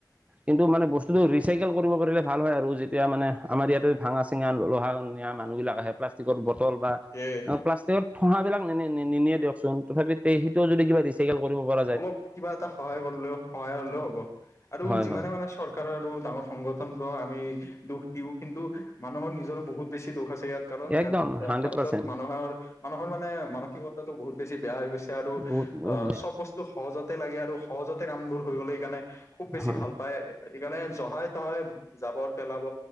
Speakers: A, on the right; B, on the left.
A: কিন্তু মানে বস্তুতটো ৰিচাইকেল কৰিব পাৰিলে ভাল হয় আৰু যে এতিয়া মানে আমাৰ ইয়াতে ভাঙা চিঙা লোহা নিয়া মানুহবিলাক আহে প্লাষ্টিকৰ বটল বা
B: এ
A: অ, প্লাষ্টিকৰ ঠোহা বিলাক নে -নে নিনিয়ে দিয়কচোন তথাপিও তে সেইটোও যদি কিবা ৰিচাই প্ৰেক্টিকেল কৰিব পা
B: অলপ কিবা এটা সহায় কৰলেও সহায় হলেও হ'ব আৰু
A: হয়
B: যিমানে
A: হয়
B: মানে চৰকাৰ আৰু ডাঙৰ সংগঠন বোৰক আমি দুখ দিওঁ কিন্তু মানুহৰ নিজৰো বহুত বেছি দুখ আছে ইয়াত। কাৰণ ইয়াত
A: একদম হাণ্ড্ৰেড
B: ভাৰতত
A: পাৰ্চেণ্ট
B: মানুহৰ মানুহৰ মানে মানসিকতাটো বহুত বেছি বেয়া হৈ গৈছে আৰু
A: বহুত বহুত
B: অ,
A: বেয়া
B: চব বচ স্তু সহজতে লাগে আৰু সহজতে কাম বোৰ হৈ গ'লে সকাৰণে খুব বেছি
A: হয়
B: ভাল পায়। এইকাৰণে জহাই তহাই জাবৰ পেলাব